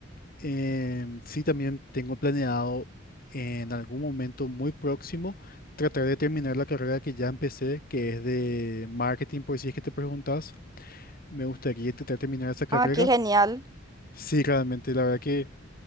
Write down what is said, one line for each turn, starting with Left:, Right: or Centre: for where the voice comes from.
Left: em, sí también tengo planeado en algún momento muy próximo tratar de terminar la carrera que ya empecé, que es de marketing, por si es que te preguntas. Me gustaría intentar terminar esa carrera.
Right: Ah, qué genial.
Left: Sí, realmente, la verdad que